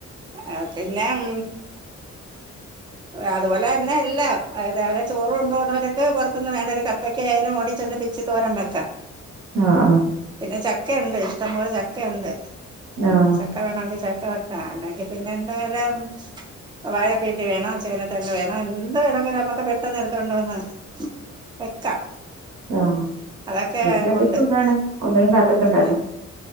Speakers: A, on the right; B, on the right.
A: അഹ് പിന്നേം
B: <inaudible>
A: അതുപോലെന്നെ എല്ലാം അത് അവരെ ചോറ് കൊണ്ട് പോണോരൊക്കെ പൊറത്തുന്ന് വേണ്ട ഒരു കപ്പക്ക ആയാലും ഓടി ചെന്ന് പി ച്ച് തോരൻ വെക്കാം
B: അ ആഹ്
A: പിന്നെ ചക്കയുണ്ട് ഇഷ്ടംപോലെ ചക്കയുണ്ട്
B: ആഹ്
A: ചക്ക വേണോങ്കി ചക്ക അല്ലെങ്കി പിന്നെ എന്തായലും വാഴപ്പിണ്ടി വേണോ ചേനത്തണ്ട് വേണോ എന്ത് വേണോങ്കിലും നമ്മക്ക് പെട്ടെന്ന് എടുത്ത് കൊണ്ട് വന്ന്
B: <inaudible>
A: വെക്കാ
B: ആഹ്
A: അതക്കെ
B: വീട്ടിലുണ്ടെങ്കി
A: ഒണ്ട്
B: സുഖാണ്
A: <unintelligible>
B: ഒന്നിനും കാത്ത്ക്കണ്ടല്ലോ